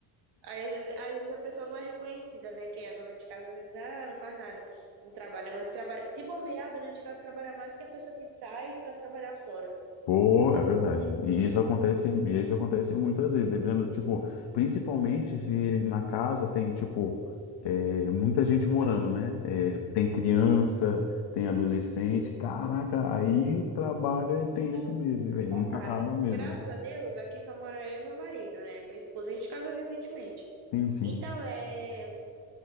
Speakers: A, on the right; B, on the left.
A: Aí, às vezes, às vezes a pessoa não é reconhecida, né? Quem é dona de casa, às vezes, ah, não faz nada, não trabalha, mas trabalha. Se bobear, a dona de casa trabalha mais que a pessoa que sai para trabalhar fora.
B: Pô, é verdade. E isso acontece, e isso acontece muitas vezes, dependendo, tipo, principalmente se na casa tem, tipo, é, muita gente morando, né? É,
A: Isso.
B: tem criança, tem adolescente. Caraca, aí o trabalho é- tem
A: Nunca,
B: isso mesmo, né,
A: nunca
B: velho? Nunca
A: para.
B: acaba mesmo.
A: Graças a Deus, aqui só mora eu e meu marido, né? Meu esposo, a gente casou recentemente.
B: Sim, sim.
A: Então, é,